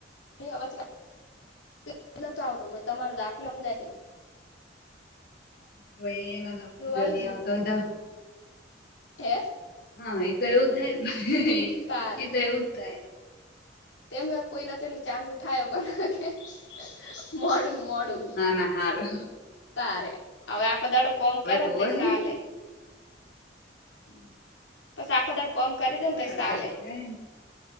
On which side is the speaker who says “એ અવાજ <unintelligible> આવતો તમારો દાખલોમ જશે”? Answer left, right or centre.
Left